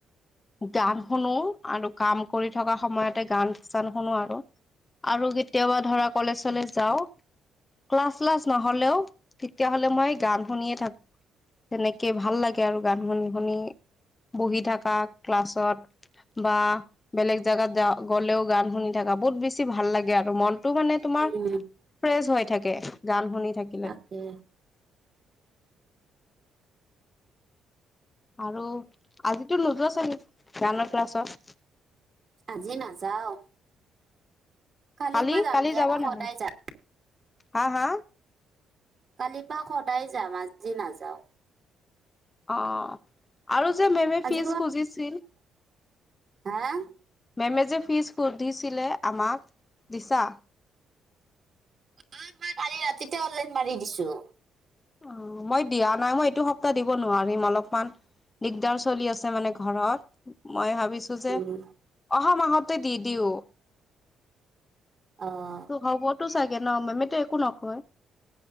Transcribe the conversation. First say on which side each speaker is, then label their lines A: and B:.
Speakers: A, on the left; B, on the right.
A: গান শুনো, আৰু কাম কৰি থকা সময়তে গান চান শুনো আৰু। আৰু কেতিয়াবা ধৰা কলেজ চলেজ যাওঁ। ক্লাছ চ্লাছ নহ'লেও, তেতিয়াহ'লে মই গান শুনিয়ে থাকো। তেনেকে ভাল লাগে আৰু গান শুনি শুনি। বহি থাকা, ক্লাছত। বা, বেলেগ জাগাত যাওঁ গ'লে গান শুনি থাকা বহুত বেছি ভাল লাগে আৰু মনটো মানে তোমাৰ,
B: উম
A: ফ্ৰেচ হৈ থাকে গান শুনি থাকে
B: তাকে।
A: আৰু, আজিতো নোযোৱা চাগে গানৰ ক্লাছত।
B: আজি নাযাও। কালিৰ
A: কালি
B: পৰা যাম
A: কালি
B: দিয়া
A: যাব না
B: সদায়
A: নাই,
B: যাম
A: হা, হা?
B: কালি পা সদায় যাম আজি নাযাওঁ।
A: অ', আৰু যে মেমে
B: আজি
A: ফিজ খুজিছিল।
B: হে?
A: মেমে যে ফিজ সুধিছিলে আমাক, দিছা?
B: অ', মই কালি ৰাতিতে অনলাইন মাৰি দিছো।
A: অ', মই দিয়া নাই মই এইটো সপ্তাহ দিব নোৱাৰিম অলপমান দিগদাৰ চলি আছে মানে ঘৰত, মই ভাবিছ টো যে,
B: উম
A: অহা মাহতে দি দিও।
B: অ',
A: হ'বতো চাগে ন' মেমটো একো নকয়।